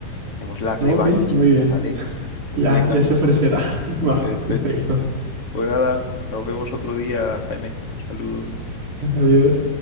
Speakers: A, on the left; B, on the right.
A: Hacemos la revancha,
B: Ok, muy bien.
A: ¿vale? Pues
B: Ya,
A: venga,
B: ya se ofrecerá. <laughs> Va,
A: perfecto.
B: perfecto.
A: Pues nada, nos vemos otro día, Jaime. Saludos.
B: Adiós.